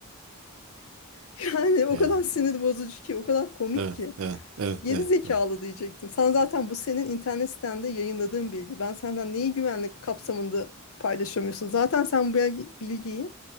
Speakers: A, on the left; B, on the right.
A: <laughs> Yani o
B: Yani,
A: kadar sinir bozucu ki o kadar komik
B: evet,
A: ki.
B: evet, evet,
A: Geri
B: evet,
A: zekalı
B: evet.
A: diyecektim. Sen zaten bu senin internet sitende yayınladığın bilgi. Ben senden neyi güvenlik kapsamında paylaşamıyorsun? Zaten sen bu bilgi- bilgiyi